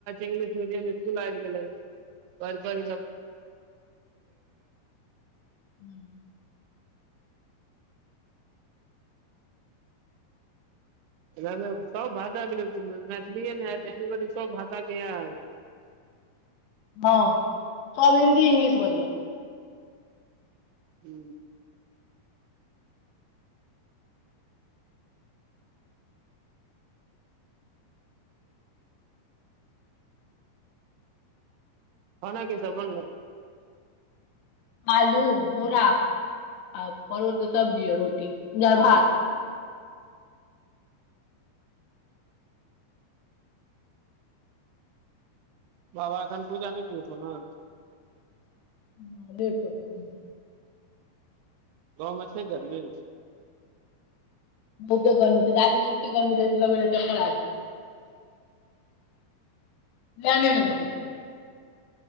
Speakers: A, on the right; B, on the left.
A: इंग्लिश मीडियम स्कुल आबि गेले पढ़ढ़ढ़
B: ह्म
A: सब भाषा मैथिलीए ने हय सब भाषाके यार
B: हँ सभ हिन्दी इंग्लिश बजलक
A: ह्म हन कीस बन
B: आलू बोरा आ परोड़के सब्जी ह रोटी नहि भात
A: बाबा एथन पूजा नहि कैथौ ने
B: न लेप करत
A: गाँमे छै गर्मीमे
B: बहुते गर्मी छै रामे एते गर्मी रह लगड़ जा लएने ने रहै छै